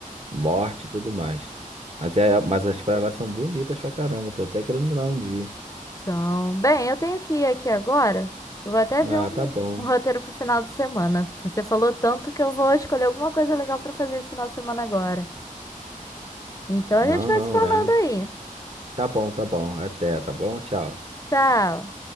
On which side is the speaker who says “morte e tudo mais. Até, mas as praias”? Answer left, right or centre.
Right